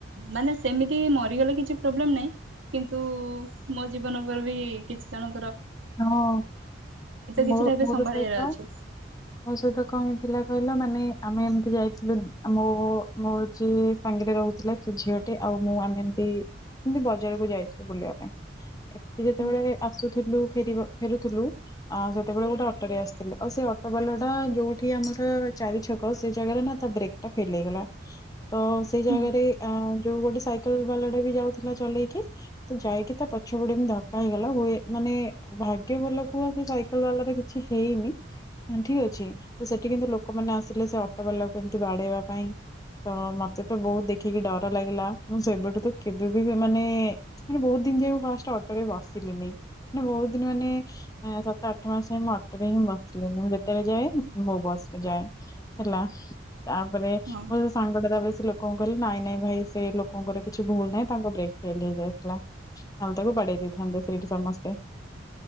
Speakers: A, on the right; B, on the left.
A: ମାନେ ସେମିତି ମରିଗଲେ କିଛି ପ୍ରୋବ୍ଲେମ୍ ନାହିଁ କିନ୍ତୁ ମୋ ଜୀବନ ଉପରେ ବି କିଛି ଜଣ
B: ହଁ ମୋ
A: କିଛିଟା ଏବେ
B: ମୋର
A: ସମ୍ଭାଳିବାର
B: ସହିତ
A: ଅଛି
B: ମୋ ସହିତ କଣ ହେଇଥିଲା କହିଲ ମାନେ ଆମେ ଏମିତି ଯାଇଥିଲୁ ମୋ ମୋ ଯିଏ ସାଙ୍ଗରେ ରହୁଥିଲା ସେ ଝିଅଟେ ଆଉ ମୁଁ ଆମେ ଏମିତି ଏମିତି ବଜାରକୁ ଯାଇଥିଲୁ ବୁଲିବା ପାଇଁ ଏମତି ଯେତେବେଳେ
A: ହଁ
B: ଆସୁଥିଲୁ ଫେ ଫେରୁଥିଲୁ ଆ ସେତେବେଳେ ଗୋଟେ ଅଟୋ ରେ ଆସିଥିଲୁ ଆଉ ସେ ଅଟୋ ବାଲା ଟା ଯୋଉଠି ଆମର ଚାରି ଛକ ସେ ଜାଗାରେ ନା ତା ବ୍ରେକ୍ ଟା ଫେଲ ହେଇଗଲା ତ ସେଇ
A: ହୁଁ
B: ଜାଗାରେ ଯୋଉ ଗୋଟେ ସାଇକେଲ ବାଲା ବି ଯାଉଥିଲା ଚଲେଇକି ତ ଯାଇକି ତା ପଛ ପଟେ ଏମିତି ଧକ୍କା ହେଇଗଲା ହୁଏ ମାନେ ଭାଗ୍ୟ ଭଲ କୁହ ସେ ସାଇକେଲ ବାଲାର କିଛି ହେଇନି ଠିକ୍ ଅଛି ତ ସେଠି କିନ୍ତୁ ଲୋକମାନେ ଆସିଲେ ସେ ଅଟୋବାଲାକୁ ଏମିତି ବାଡ଼େଇବା ପାଇଁ ତ ମତେ ତ ବହୁତ୍ ଦେଖିକି ଡର ଲାଗିଲା। ମୁଁ ସେବେଠୁ ତ କେବେ ବି ମାନେ ବହୁତ୍ ଦିନ ଯାଏ ମୁଁ ଫାଷ୍ଟ ଅଟୋରେ ବସିଲିନି ମାନେ ବହୁତ ମାନେ ସାତ ଆଠ ମାସ ପାଇଁ ମୁଁ ଅଟୋରେ ହିଁ ବସିଲନି ମୁଁ ଯେତେବେଳେ ଯାଏ ମୋ ବସ୍ ରେ ଯାଏ ହେଲା। ତାପରେ
A: ହଁ
B: ମୋ ସାଙ୍ଗଟା ଲୋକଙ୍କୁ କହିଲେ ନାଇଁ ନାଇଁ ଭାଇ ସେ ଲୋକଙ୍କର କିଛି ଭୁଲ ନାହିଁ ତାଙ୍କ ବ୍ରେକ୍ ଫେଲ ହେଇଯାଇଥିଲା। ନହେଲେ ତାକୁ ବାଡେ଼ଇ ଦେଇଥାନ୍ତେ ସେଇଠି ସମସ୍ତେ।